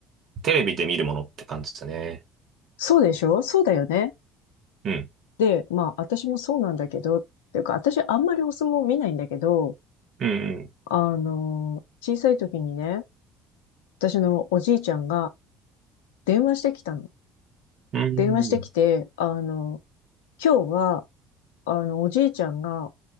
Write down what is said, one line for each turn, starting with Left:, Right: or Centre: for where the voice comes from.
Right: テレビで見るものって感じだね。
Left: そうでしょそうだよね。
Right: うん。
Left: で、まあ、私もそうなんだけど、っていうか、私あんまりお相撲見ないんだけど、
Right: うん、
Left: あの、小さい時にね、私のおじいちゃんが電話してきたの。
Right: うん。
Left: 電話してきて、
Right: うん。
Left: あの、今日はあの、おじいちゃんが